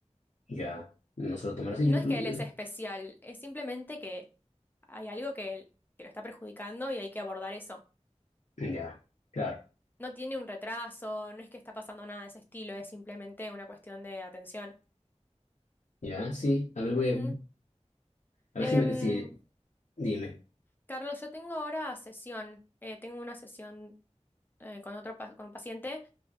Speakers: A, on the left; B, on the left.
A: Ya, no se lo tomará así,
B: No
A: yo,
B: es que él es
A: es-
B: especial, es simplemente que hay algo que, él- que lo está perjudicando y hay que abordar eso.
A: ya, claro,
B: No tiene un retraso, no es que está pasando nada de ese estilo, es simplemente una cuestión de atención.
A: ya, sí, a ver,
B: Ujú.
A: voy a, A
B: Em,
A: ver si, me, si dime.
B: Carlos, yo tengo ahora sesión, eh, tengo una sesión eh, con otro pa- con un paciente,